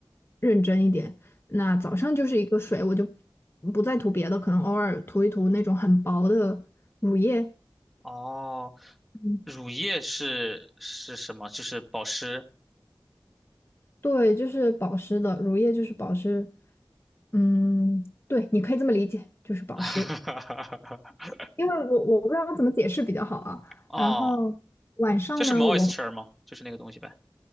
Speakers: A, on the left; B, in the centre.
A: 认真一点。那早上就是一个水，我就不再涂别的，可能偶尔涂一涂那种很薄的乳液。
B: 哦，
A: 嗯，
B: 乳液是是什么？就是保湿。
A: 对，就是保湿的，乳液就是保湿。嗯，对，你可以这么理解，就是保湿。
B: <laughs>
A: 因为我我不知道怎么解释比较好啊。
B: 哦，
A: 然后晚上呢，
B: 就是 moisture
A: 我
B: 吗？就是那个东西呗。